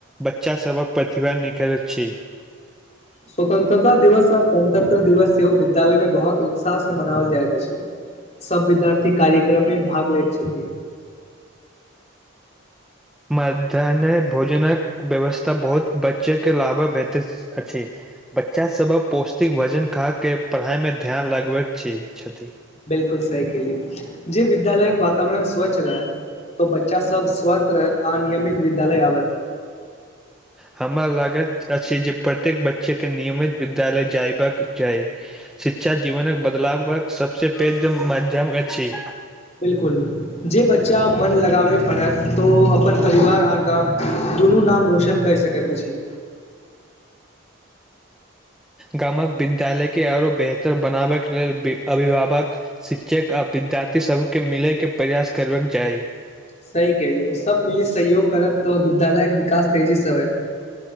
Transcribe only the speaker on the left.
स्वतंत्रता दिवस आ गणतंत्र दिवस सेहो ओ विद्यालय में बहुत उत्साह से मनाओल जाय अछि सब विद्यार्थी कार्यक्रमे भाग लैत छथि
बिल्कुल सही केहलु जे विद्यालयके वातावरण स्वच्छ रहत तो बच्चा सब स्वस्थ रहत आ नियमित विद्यालय आबत
बिलकुल जे बच्चा मन लगाबय पढ़त तऽ ओ अपन परिवार आ गाम दुनू नाम रोशन कर सकै कत छी
सही क लियौ सभ मिली सहयोग करत तऽ विद्यालयके विकास तेजीसँ होत